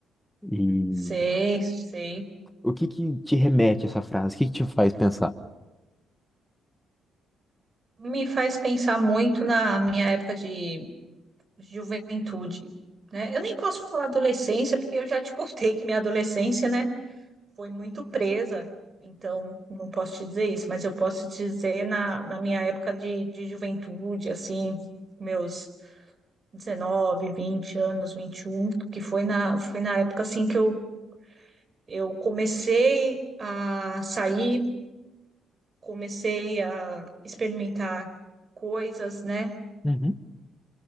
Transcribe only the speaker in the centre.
E
o que que te remete a essa frase? O que que te faz pensar?
Uhum,